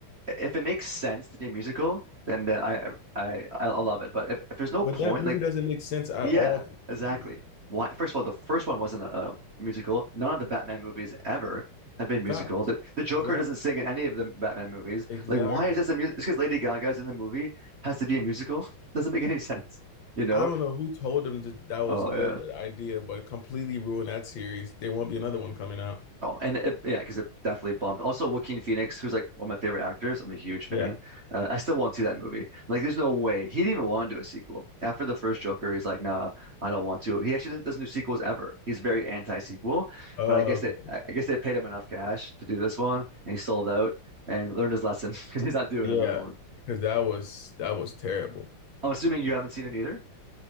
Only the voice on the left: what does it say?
but
that movie
doesn't make sense at
all to
be a musical.
Facts.
Exactly.
Exactly.
I don't know who told them that that was
good
idea, but completely ruined that series. There won't be another one coming out.
Yeah.
Oh,
okay.
Yeah.
Because that was that was terrible.